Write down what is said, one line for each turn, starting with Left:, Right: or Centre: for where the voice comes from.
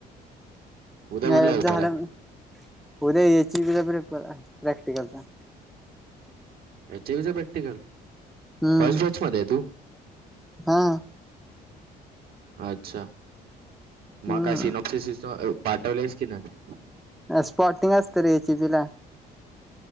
Right: उद्या
Centre: म
Right: कुठला पेपर
Centre: झाला
Right: आहे?
Centre: ना उद्या याचीे वेगळी प्रॅक्टिकलला
Right: एच ई यु चा प्रॅक्टिकल
Centre: हम्म
Right: फर्स्ट बॅच मध्ये आहे तू?
Centre: हा
Right: अच्छा.
Centre: हम्म
Right: मग काय सिनॉप्स सि पाठवलेस की नाय?
Centre: स्पार्कल असतं रे एच ई बीला.